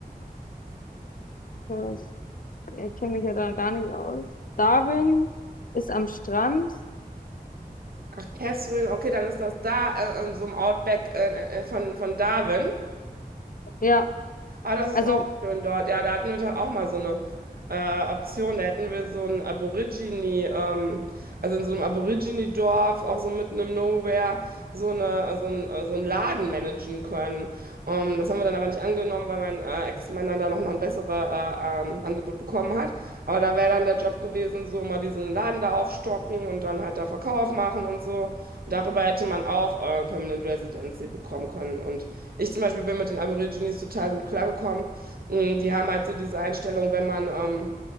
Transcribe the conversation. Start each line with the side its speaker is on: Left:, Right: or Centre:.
Left: Das- Ich kenne mich ja da gar nicht aus. Darwin ist am Strand.
Right: Ach, Catherine, okay, dann ist das da äh, in so einem Outback äh, äh, von, von Darwin.
Left: Ja,
Right: Ah, das
Left: also
Right: ist auch schön dort. Ja, da hatten wir doch auch mal so eine äh, Option. Da hätten wir so ein Aborigine, ähm, also in so einem Aborigine-Dorf, auch so mitten im Nowhere, so eine, so ein, äh, so einen Laden managen können. Ähm, das haben wir dann aber nicht angenommen, weil mein äh, Ex-Mann dann da noch ein besseres äh, ähm, Angebot bekommen hat. Aber da wäre dann der Job gewesen, so mal diesen Laden da aufstocken und dann halt da Verkauf machen und so. Und darüber hätte man auch äh, Permanent Residency bekommen können. Und ich zum Beispiel bin mit den Aborigines total gut klargekommen. Mm, Die haben halt so diese Einstellung, wenn man ähm,